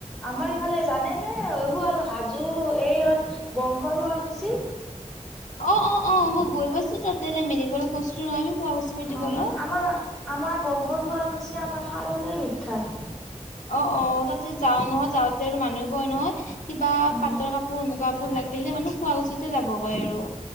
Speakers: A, in the centre; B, on the left (about 75°).
A: আমাৰ ইফালে জানেনে শুৱাল হাজো এইত বংশ শুৱাল কুছি।
B: অ -অ -অ মই গৈ পাছো ততে মেডিকলত গৈছো নহয় আমি। শুৱা গৈছো মেডিকেলত
A: অ আমাৰ - আমাৰ। বংশৰ শুৱালকুছি আমাৰ শালৰে বিখ্যাত।
B: অ -অ তাতে যাও নহয়। যাওঁতে আৰু মানুহে কয় নহয়। কিবা
A: অ
B: পাটৰ কাপোৰ মুগা কাপোৰ লাগিল মানে শুৱালকুছিটে যাব। কয় আৰু।